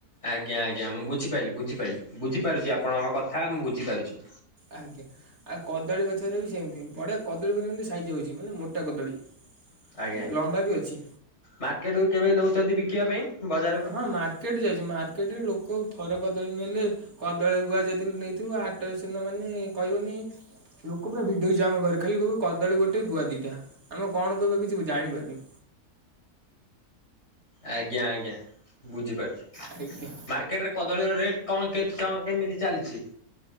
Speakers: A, on the left; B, on the right.
A: ଆଜ୍ଞା ଆଜ୍ଞା ମୁଁ ବୁଝିପାରିଲି ବୁଝିପାରିଲି ବୁଝିପାରୁଛି ଆପଣଙ୍କ କଥା ମୁଁ ବୁଝିପାରୁଛି।
B: ଆଜ୍ଞା। ଆଉ କଦଳୀ ଗଛରେ ବି ସେମିତି ବଢିଆ କଦଳୀ ଉପ କେମିତି ସାଇଜ୍ ହେଉଛି ମାନେ ମୋା କଦଳୀ।
A: ଆଜ୍ଞା
B: ମାନେ ଲମ୍ବା ବି ଅଛି
A: ମାର୍କେଟରୁ କେବେ ନେଉଛନ୍ତି ବିକିବା ପାଇଁ? ବଜାରକୁ?
B: ହଁ ମାର୍କେଟ ଯାଇଛି ମାର୍କେଟରେ ଲୋକ ଥରେ କଦଳୀ ନେଲେ କଦଳୀ ଗୁଆ ଯେଦି ନେଇଥିବ ହାଟରେ ସିନା ମାନେ କହିବନି ଲୋକପ୍ରୟ ଭିଡ଼ିଓ ହେଛି ଆମ ପାରେ ଖାଲି କହିବୁ କଦଳୀ ଗୋଟେ ଗୁଆ ଦୁଇଟା ଆମେ କଣ କହିବା କିଛି ଜାଣିପାରାରୁନୁ
A: ଆଜ୍ଞା ଆଜ୍ଞା ବୁଝିପାରୁଛ
B: ଆଜ୍ଞା
A: କକେଟ କଦଳୀର ରେଟ୍ କଣ କଣ କେମିତି ଚାଲିଛି?